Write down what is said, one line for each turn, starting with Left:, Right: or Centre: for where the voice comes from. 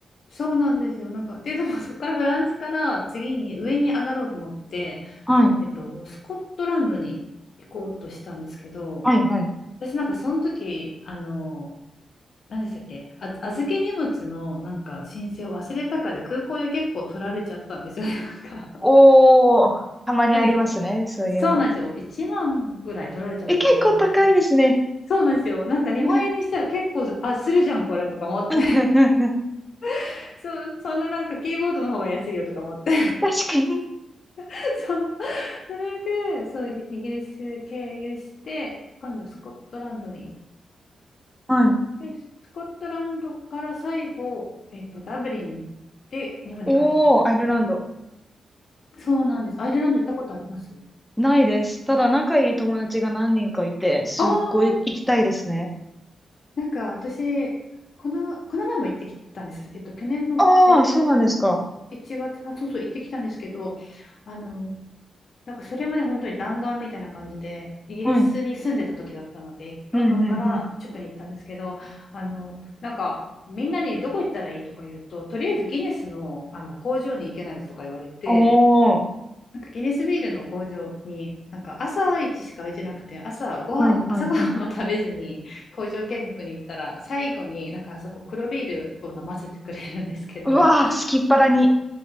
Left: そうなんですよ。なんか、で、でもそこからフランスから次に上に上がろうと思って、
Centre: はい。
Left: えっと、スコットランドに行こうとしたんですけど、
Centre: はい、はい。
Left: 私なんかその時、あの、何でしたっけ、あ、預け荷物のなんか申請を忘れたかで空港で結構取られちゃったんですよね。なんか、
Centre: おー、たまにありますね、
Left: なんかい
Centre: そういうの。
Left: そうなんですよ。1万ぐらい取られちゃったのかな、
Centre: え、結構高いですね。
Left: なんかそのそうなんですよ。なんか日本円にしたら結構、
Centre: <laughs>
Left: あ、するじゃん、これとか思って。
Centre: 確
Left: <laughs> そう、そんななんかキーボードの方が安いよとか思って。
Centre: かに。
Left: <laughs> そうそれでそうイギリス経由して今度スコットランドに
Centre: はい。
Left: でスコットランドから最後、えっと、ダブリンで日本に帰ってきたのかその時
Centre: おー、アイルランド。
Left: そうなんですアイルランド行ったことあります
Centre: ないです。ただ仲いい友達が何人かいて、すっごい行きたいですね。
Left: ああーなんか私この、この前も行ってきたんですえっと、去年の11月、
Centre: ああ、そうなんですか。
Left: あ、そうそう、行ってきたんですけど、あの、なんかそれもね、本当に弾丸みたいな感じで、イギリスに住んでた時だったので、
Centre: はい。
Left: ロンドンからチュクに行ったんですけど、
Centre: うん、うん、うん。
Left: あの、なんか、みんなにどこ行ったらいいとか言うと、とりあえずギネスの、あの工場に行けないとか言われて、
Centre: おー。
Left: なんかギネスビールの工場に、なんか朝一しか空いてなくて、朝ご飯、
Centre: はい、はい、
Left: 朝ごはんも食べずに工場見学に行ったら、
Centre: はい。
Left: 最後になんかあそこ黒ビールを飲ませてくれるんですけど、
Centre: うわー、好きっ腹に。